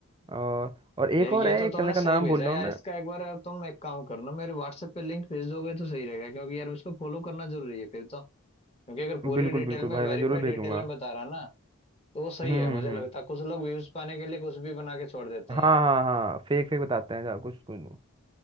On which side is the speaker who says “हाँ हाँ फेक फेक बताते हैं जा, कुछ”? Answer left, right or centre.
Right